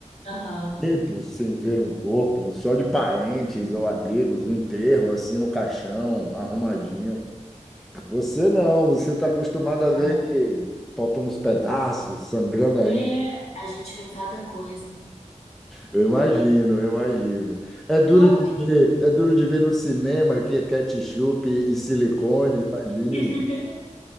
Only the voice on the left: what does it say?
Aham,
tá.
É, a gente vê cada coisa.
Então,
<laughs>